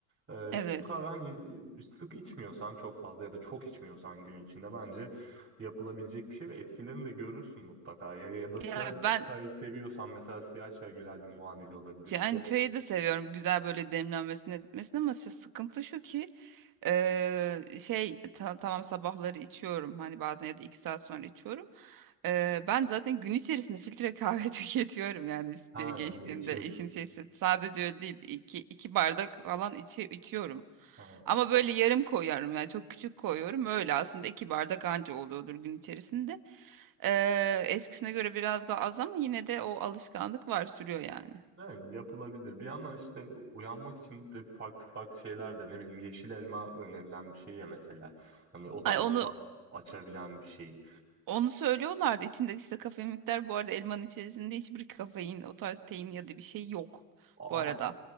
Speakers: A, on the right (about 25°); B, on the right (about 45°).
A: Ee,
B: Evet.
A: Türk kahve hani sık içmiyorsan çok fazla ya da çok içmiyorsan gün içinde bence yapılabilecek bir şey ve etkilerini de görürsün mutlaka. Ya, ya da siyah
B: Ya ben
A: çay seviyorsan mesela siyah çay güzel bir muadil olabilir.
B: yani çayı da seviyorum. Güzel böyle demlenmesini etmesini ama şu sıkıntı şu ki Eee, şey ta- tamam sabahları içiyorum hani bazen ya da iki saat sonra içiyorum. Eee, ben zaten gün içerisinde filtre kahve <laughs> tüketiyorum yani işte
A: Ha,
B: geçtiğimde
A: içiyorsun.
B: işin şeysi sadece öyle değil iki, iki bardak falan içi, içiyorum.
A: <laughs>
B: Ama böyle yarım koyuyorum yani çok küçük koyuyorum öyle aslında iki bardak anca oluyordur gün içerisinde. Eee, eskisine göre biraz daha az ama yine de o alışkanlık var sürüyor yani.
A: Evet, yapılabilir. Bir yandan işte uyanmak için de farklı farklı şeyler de ne bileyim yeşil elma önerilen bir şey ya mesela. Hani o da
B: Ay
A: uyku
B: onu
A: açabilen bir şey.
B: Onu söylüyorlardı. İçinde işte kafein miktarı bu arada elmanın içerisinde hiçbir kafein, o tarz tein ya da bir şey yok
A: Aa,
B: bu arada.